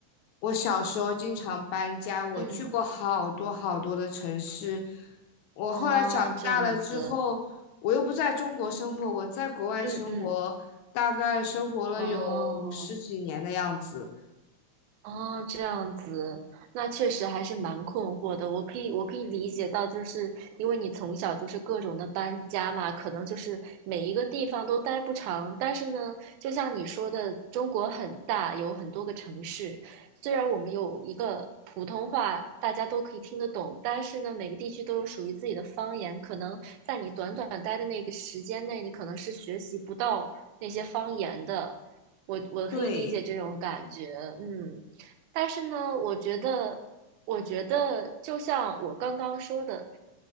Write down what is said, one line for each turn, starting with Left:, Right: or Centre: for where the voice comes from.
Left: 我小时候经常搬家，我去过好多好多的城市。
Right: 嗯，
Left: 我后来长大了之后，
Right: 哦，这样子，
Left: 我又不在中国生活，我在国外生活，
Right: 嗯嗯，
Left: 大概生活了有
Right: 哦，
Left: 十几年的样子。
Right: 哦，这样子，那确实还是蛮困惑的。我可以，我可以理解到，就是因为你从小就是各种的搬家嘛，可能就是每一个地方都待不长。但是呢，就像你说的，中国很大，有很多个城市。虽然我们有一个普通话，大家都可以听得懂，但是呢，每个地区都有属于自己的方言。可能在你短短待的那个时间内，你可能是学习不到那些方言的。我我可以理解这种感觉，
Left: 对，
Right: 嗯。但是呢，我觉得，我觉得就像我刚刚说的，